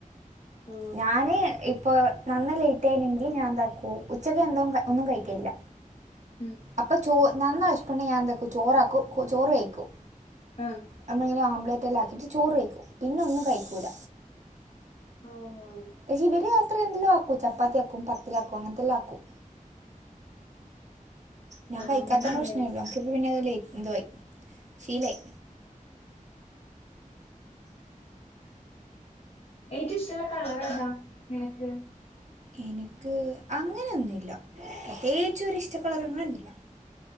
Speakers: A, on the left (about 45°); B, on the right (about 55°).
A: ഓ
B: ഞാന് ഇപ്പൊ നന്ന ലേറ്റ് ആയിനെങ്കില് ഞാൻ എന്താക്കും ഉച്ചക്ക് എന്തോ ഒന്നും കഴിക്കെല്ല
A: ഉം
B: അപ്പം ചോ നന്ന വെശപ്പ് ഉണ്ടെ ഞാൻ എന്താക്കും ചോറാക്കും ചോറ് കയ്ക്കും
A: ആ
B: നമ്മൾ ങ്ങനെ ആംപ്ലേറ്റ് ആക്കിയിട്ട് ചോറ് കഴിക്കും പിന്നെ ഒന്നും കഴിക്കൂല
A: <unintelligible>
B: പക്ഷെ ഇവര് രാത്രി എന്തെലും ആക്കും ചപ്പാത്തിയാക്കും, പത്തില് ആക്കും അങ്ങനത്തെ എല്ലാം ആക്കും ഞാൻ കഴിക്കാത്തന്നെ
A: അങ്ങനെല്ലേ
B: പ്രശ്നേല്യാ നമക്കിപ്പ പിന്നെ അതല എന്തു വായി ഷീലായി
A: എറ്റും ഇഷ്ടള്ള കളറ് ഏതാ നിനക്ക്
B: എനിക്ക് അങ്ങനെയൊന്നു ഇല്ല പ്രത്യേകിച്ചും ഒരു ഇഷ്ടക്കളർ അങ്ങനെയൊന്നില്ല